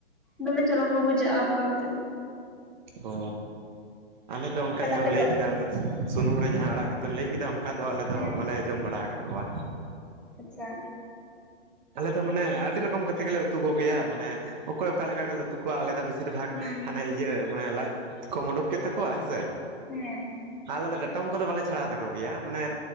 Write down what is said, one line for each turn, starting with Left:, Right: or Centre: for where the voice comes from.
Centre: ᱫᱚᱢᱮ ᱪᱚᱨᱚᱠ ᱠᱚ ᱵᱩᱡᱷᱟᱹᱜᱼᱟ ᱚᱱᱠᱟ ᱠᱟᱛᱮᱫ᱾
Right: ᱚ ᱟᱞᱮ ᱫᱚ ᱚᱱᱠᱟ
Centre: ᱛᱟᱦᱞᱮ
Right: ᱡᱟᱦᱟᱸᱢ
Centre: ᱟᱯᱮ
Right: ᱞᱟᱹᱭ
Centre: ᱫᱚ
Right: ᱠᱮᱫᱟ ᱚᱱᱮ ᱥᱩᱱᱩᱢ ᱨᱮ ᱡᱟᱦᱟᱸ ᱟᱲᱟᱜ ᱠᱟᱛᱮᱢ ᱞᱟᱹᱭ ᱠᱮᱫᱟ ᱚᱱᱠᱟ ᱫᱚ ᱟᱞᱮ ᱫᱚ
Centre: ᱦᱮᱸ
Right: ᱵᱟᱞᱮ ᱡᱚᱢ ᱵᱟᱲᱟ ᱟᱠᱟᱫ ᱠᱩᱣᱟ᱾
Centre: ᱟᱪᱪᱷᱟ᱾
Right: ᱟᱞᱮ ᱫᱚ ᱢᱟᱱᱮ ᱟᱹᱰᱤ ᱨᱚᱠᱚᱢ ᱠᱟ ᱠᱟᱛᱮ ᱜᱮᱞᱮ ᱩᱛᱩ ᱠᱚ ᱜᱮᱭᱟ ᱢᱟᱱᱮ ᱚᱠᱚᱭ ᱚᱠᱟ ᱞᱮᱠᱟ ᱜᱮᱞᱮ ᱛᱩ ᱠᱚᱣᱟ ᱟᱞᱮ ᱫᱚ ᱵᱮᱥᱤᱨ ᱵᱷᱟᱜᱽ
Centre: ᱦᱩᱸ
Right: ᱦᱟᱱᱮ ᱤᱭᱟᱹ ᱢᱟᱱᱮ ᱞᱟᱡ ᱠᱚ ᱩᱰᱩᱠ ᱠᱮᱫ ᱛᱟᱠᱩᱣᱟ, ᱦᱮᱸ ᱥᱮ?
Centre: ᱦᱮᱸ᱾
Right: ᱟᱞᱮ ᱫᱚ ᱰᱟᱴᱚᱢ ᱠᱚᱫᱚ ᱵᱟᱞᱮ ᱪᱷᱟᱲᱟᱣ ᱛᱟᱠᱚ ᱜᱮᱭᱟ ᱢᱟᱱᱮ